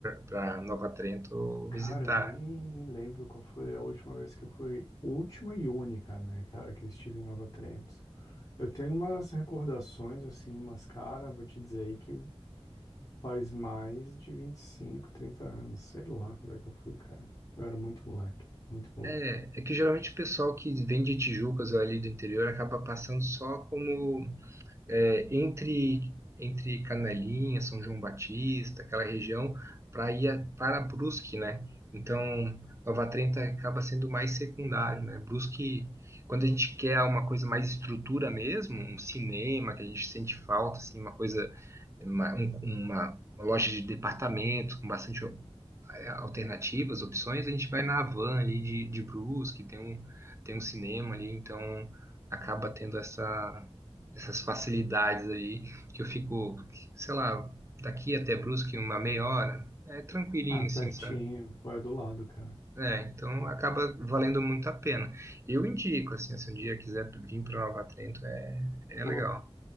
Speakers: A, on the right (about 25°); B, on the left (about 35°).
A: para Nova Trento
B: cara,
A: visitar.
B: eu nem lembro qual foi a última vez que eu fui, última e única, né, cara, que eu estive em Nova Trento. Eu tenho umas recordações, assim, mas, cara, vou te dizer aí que Faz mais de 25, 30 anos. Sei lá quando é que eu fui, cara. Eu era muito moleque, muito moleque.
A: É, é que geralmente o pessoal que vem de Tijucas ou ali do interior acaba passando só como é, entre, entre Canelinha, São João Batista, aquela região, para ir a- para Brusque, né? Então, Nova Trenta acaba sendo mais secundário, né? Brusque, quando a gente quer uma coisa mais estrutura mesmo, um cinema que a gente sente falta, assim, uma coisa, uma, um- uma loja de departamentos com bastante alternativas, opções, a gente vai na van ali de, de Brusque, tem um, tem um cinema ali, então acaba tendo essa, essas facilidades ali, que eu fico, sei lá, daqui até Brusque uma meia hora, é tranquilinho
B: Ah, pertinho.
A: assim, sabe?
B: Pô, é do lado, cara.
A: É, então
B: Hum.
A: acaba valendo muito a pena. Eu indico, assim, se um dia quiser vir para Nova Trento, é, é
B: Pô,
A: legal.